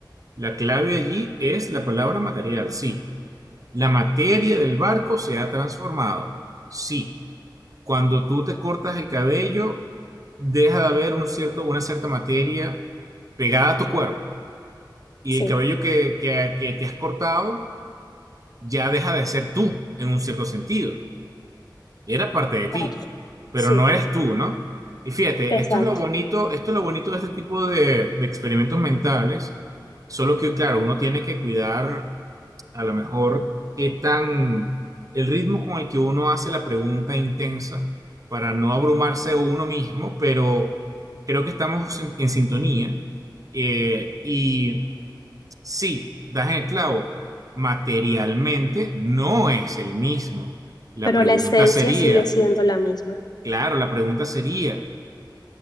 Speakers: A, on the right; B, on the left.
A: La clave allí es la palabra material, sí. La materia del barco se ha transformado. Sí, cuando tú te cortas el cabello, deja de haber un cierto, una cierta materia pegada a tu cuerpo. Y
B: Sí,
A: el cabello que, que, que te has cortado ya deja de ser tú, en un cierto sentido. Era parte de ti,
B: exacto.
A: pero
B: Sí,
A: no eres tú, ¿no? Y fíjate,
B: exacto.
A: esto es lo bonito, esto es lo bonito de este tipo de, de experimentos mentales, solo que, claro, uno tiene que cuidar a lo mejor qué tan el ritmo con el que uno hace la pregunta intensa para no abrumarse uno mismo, pero creo que estamos en, en sintonía. Eh, y sí, das en el clavo, materialmente no es el mismo. La
B: Pero
A: pregunta
B: la esencia
A: sería,
B: sigue siendo la misma.
A: claro, la pregunta sería,